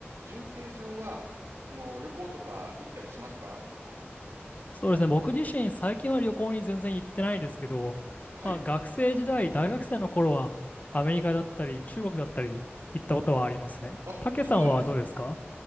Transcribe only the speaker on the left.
そうですね。僕自身、最近は旅行に全然行ってないですけど、
まあ、学生時代、大学生の頃は、アメリカだったり、中国だったり、行ったことはありますね。
たけさんはどうですか